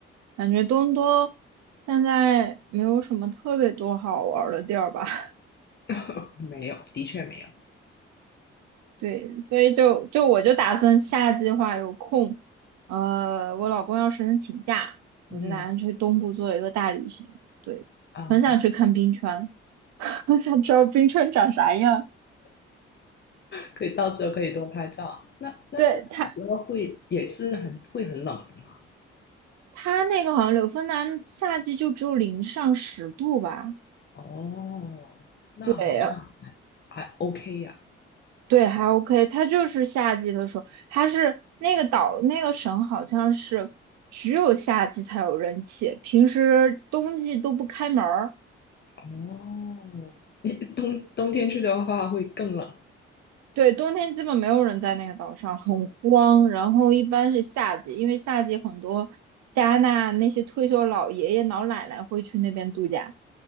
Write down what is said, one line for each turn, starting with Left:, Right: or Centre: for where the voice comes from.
Right: 感觉东多现在没有什么特别多好玩儿的地儿吧。<laughs>
Left: <laughs> 没有，的确没有。
Right: 对，所以就就我就打算下计划有空，呃，我老公要是能请假，我就打算去东部做一个大旅行。
Left: 嗯
Right: 对，
Left: 啊、
Right: 很想去看冰川，
Left: 呃
Right: <laughs> 很想知道冰川长啥样。
Left: 可以到时候可以多拍照。那那那到时候会也是很会很冷的嘛？
Right: 对，它它那个好像柳芬兰夏季就只有零上十度吧。
Left: 哦，那好像
Right: 对，
Left: 还 OK 呀、
Right: 对，还 OK，它就是夏季的时候，它是那个岛那个省好像是只有夏季才有人气，平时冬季都不开门儿。
Left: 哦，你冬冬天去的话会更冷
Right: 对，冬天基本没有人在那个岛上，很荒。然后一般是夏季，因为夏季很多加拿大那些退休老爷爷老奶奶会去那边度假。